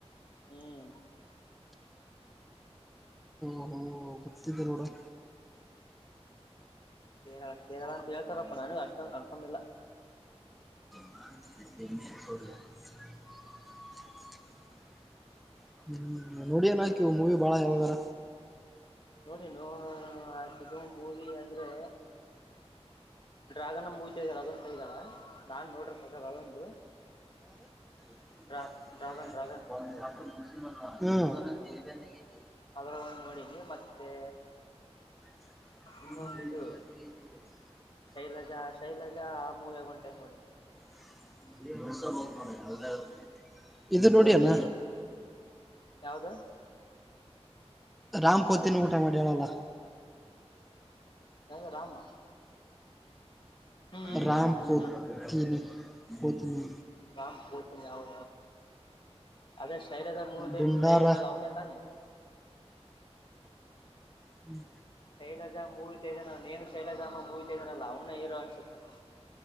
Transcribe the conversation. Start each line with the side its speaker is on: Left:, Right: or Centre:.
Left: ಹ್ಮ್
Centre: ಓಹೋ ಗೊತ್ತಿದ್ದಿಲ್ಲ ನೋಡು
Left: ಕೇರಳ ಕೇರಳ ಅಂತ ಹೇಳ್ತಾರಪ್ಪ ನಾನು ಅಷ್ಟೊಂದು ಕನ್ಫರ್ಮ್ ಇಲ್ಲ
Centre: ಅ <unintelligible> ಹ್ಮ್ ನೋಡಿಯನಕ ಮೂವಿ ಬಾಳ ಯಾವಾಗಾರ
Left: ನೋಡಿ ನ ಹಾಕಿದ್ದು ಮೂವಿ ಅಂದ್ರೆ ಡ್ರ್ಯಾಗನ್ ಮೂವಿ ತ ಇದ ಅದೊಂದುಂತ ಇದ್ದಳ ನಾನ್ ನೋಡ್ರ ಪ್ರಕಾರ ಅದೊಂದು
Centre: ಹ್ಮ
Left: ಡ್ರಾ ಡ್ರಾಗನ್ ಡ್ರಾಗನ್ ಅದ್ರ ಒಂದು ನೋಡಿನಿ ಮತ್ತೆ
Centre: ಹ
Left: ಇನ್ನೊಂದು ಇದು ಶೈಲಜಾ ಶೈಲಜಾ ಆ ಮೂವಿ ಆಗೊಂಡ್ ಟೈಮ್ ನೋಡಿ
Centre: <unintelligible> ಯಾವುದೇ ಆದ್ರೂನು ಇದು ನೋಡ ಅಣ್ಣ
Left: ಯಾವ್ದು
Centre: ರಾಮ್ ಪೋತಿನ ಊಟ ಮಾಡಿ ಹೇಳಲ್ಲ
Left: ಯ ರಾಮ ಹ್ಮ್ ಹ್ಮ್
Centre: ರಾಮ್
Left: ಹ್ಮ್ ಹ್ಮ್ ಹ್ಮ್
Centre: ಪತೀನಿ ಪತೀನಿ
Left: ಕಾಮ ಪೋಟ್ಟಿ ನ ಅವ ಅದೇ ಸೈರಝಾರ ಮೂವಿ ದಹ
Centre: ದುಂಡಾರ
Left: ಜನ ಲವನ್ ಯಾನ
Centre: ಹ್ಮ್
Left: ಶೈಲಜ ಮೂವಿ ತೆಗೆಗನ ನೇನು ಶೈಲಜಾ ಅಮ್ಮ ಮೂವಿ ತೆಗ್ದನಲ್ಲ ಅವ್ನ ಹೀರೋ ಅನ್ಸುತ್ತೆ <inaudible>